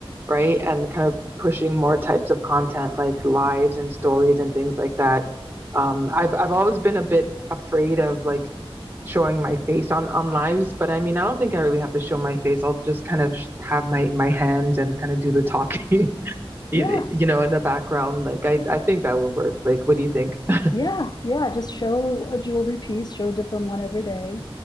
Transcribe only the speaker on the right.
right? And kind of pushing more types of content like lives and stories and things like that. Um I've I've always been a bit afraid of like showing my face on on lives, but I mean, I don't think I really have to show my face. I'll just kind of sh have my my hands and kind of do the talking, <laughs> you,
you know, in the background. Like I I think that will work. Like what do you think? <laughs>